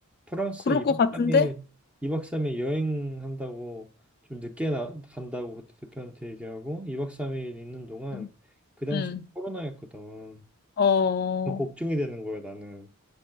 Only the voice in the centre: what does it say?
프랑스
2박
3일, 이박삼일 여행한다고, 좀 늦게 나, 간다고 그때 대표한테 얘기하고, 2박 3일 있는 동안,
그 당시
코로나였거든.
더 걱정이 되는 거야, 나는.